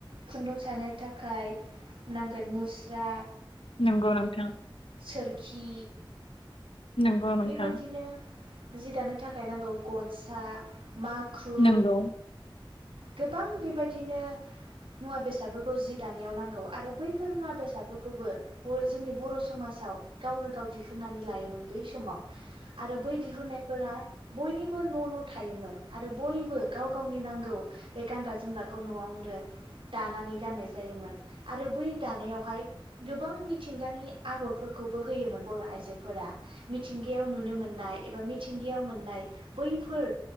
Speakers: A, on the right; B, on the left.
A: खुन्दुं सानो थाखाय नांगोन मुस्रा
B: नंगौ नोंथां
A: सोरखि
B: नंगौ नोंथां
A: बेबायदिनो जि दानो थाखाय नांगौ गनसा माखु
B: नंगौ
A: गोबां बेबायदिनो मुवा बेसादफोरखौ जि दानायाव नांगौ आरो बैफोर मुवा बेसादफोरखौबो जोंनि बर' समाजाव गावनो गाव दिहुननानै लायोमोन बै समाव । आरो बै दिहुननायफोरा बयनिबो न' न' थायोमोन आरो बयबो गाव गावनि नांगौ बे गानग्रा जोमग्राखौ न'आवनो दानानै गाननाय जायोमोन आरो बै दानायावहाय गोबां मिथिंगानि आगरफोरखौबो होयोमोन बर' आइजोफोरा मिथिंगायाव नुनो मोननाय एबा मिथिंगायाव मोननाय बैफोर